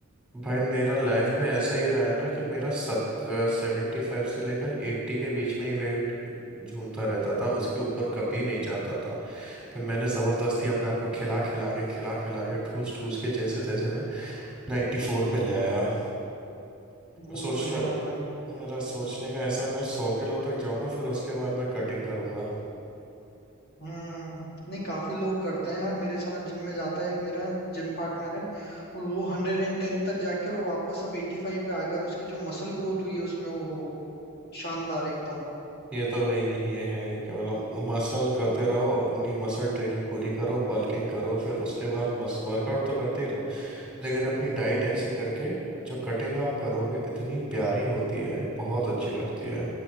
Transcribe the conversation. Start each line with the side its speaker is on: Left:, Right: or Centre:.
Centre: भाई मेरा लाइफ में ऐसा ही रहा है ना कि मेरा सत सेवेंटी फाइव से लेकर एट्टी के बीच में ही वेट झूमता रहता था उसके ऊपर कभी नहीं जाता था फिर मैंने ज़बरदस्ती अपने आप को खिला खिला के खिला खिला के ठूस ठूस के जैसे तैसे नाइन्टी फोर पे ले आया मैं
Left: <laughs> वो
Centre: सोच
Left: तो है
Centre: रहा
Left: यार भाई
Centre: मेरा सोचने का ऐसा है, मैं सौ किलो तक जाऊंगा फिर उसके बाद मैं कटिंग करूंगा
Left: हम्म नहीं काफी लोग करते हैं यार मेरे साथ जिम में जाता है एक मेरा जिम पार्टनर है और वो हंड्रेड एंड टेन तक जाके और वापस अब एटी फाइव पे आ गया और उसकी जो मसल ग्रोथ हुई है उसमें वो, वो वो शानदार एकदम
Centre: ये तो है ये ये है कि मतलब मसल करते
Left: हम्म,
Centre: रहो अपनी मसल ट्रेनिंग पूरी करो बल्किंग करो फिर उसके बाद मस वर्कआउट तो करते ही रहो लेकिन अपनी डाइट ऐसी करके जो कटिंग आप करोगे इतनी प्यारी होती है बहुत अच्छी लगती है